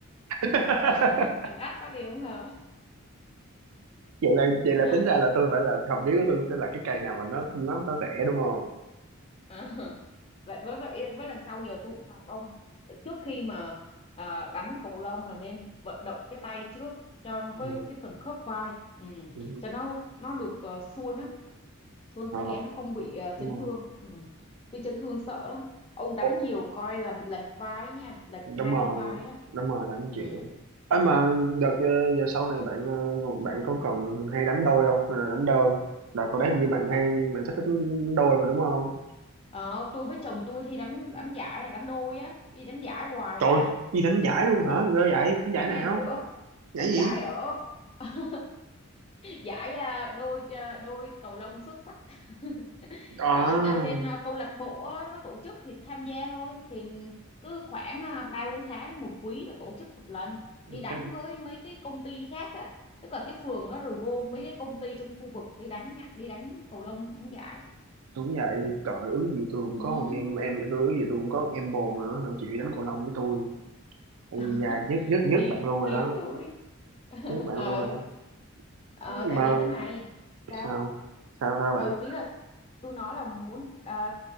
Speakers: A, on the right; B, on the left.
A: <laughs>
B: <laughs> còn đắt quá thì không hợp
A: vậy là vậy là
B: đó,
A: tính ra là tôi phải là học vía của tôi cũng phải là cái cây nào mà nó nó có rẻ đúng không
B: Ờ, vậy với vậy với lần sau giờ tôi cũng phạt ông trước khi mà à, đánh cầu lông là nên vận động cái tay trước cho với
A: ừ.
B: cái phần khớp vai ừ.
A: Ừ.
B: cho nó nó được uh, suôn á suôn
A: Ờ,
B: sẻ nó không bị ờ,
A: đúng
B: chấn
A: rồi
B: thương ừ. tôi chấn thương sợ lắm ông đánh
A: Ủa,
B: nhiều coi là bị lệch vai ấy nha lệch
A: đúng
B: hai
A: rồi
B: bên vai á
A: đúng rồi là anh chịu
B: ừ.
A: ấy mà đợt ờ, giờ sau này bạn ờ, bạn có còn hay đánh đôi không hay là đánh đơn đợt hồi đấy hình như bạn
B: ờ,
A: hay bạn thích đánh đôi mà đúng không
B: ờ, tôi với chồng tôi thì đánh đánh giải à, đánh đôi á đi đánh giải hoài
A: trời
B: à
A: ơi, đi đánh giải luôn hả ghê vậy Đánh giải
B: chứ gì
A: nào
B: nữa
A: giải
B: đánh
A: gì
B: giải ở <laughs> giải à, đôi à, đôi cầu lông xuất sắc <laughs>
A: ờ
B: ở, ở trên à, câu lạc bộ á, nó tổ chức thì tham gia thôi thì cứ khoảng à, ba bốn tháng một quý nó tổ chức một lần đi đánh
A: chắc
B: với mấy cái công ty khác á tức là cái phường nó rồi gom mấy cái công ty trong khu vực đi đánh nhá, đi đánh cầu lông đánh giải
A: Đúng vậy, trời ước gì tôi
B: ừ.
A: cũng có một em em tôi ước gì tôi cũng có một em bồ mà nó chịu đánh cầu lông với tôi. Ây
B: <laughs>
A: da, nhất nhất nhất
B: đi
A: bạn luôn rồi
B: kiếm
A: đó,
B: thôi <laughs>
A: nhất bạn
B: ờ
A: luôn rồi đó.
B: ờ
A: Mà
B: tại vì thế này sao
A: sao? Sao sao
B: ừ
A: bạn?
B: tí là tôi nói là muốn ờ,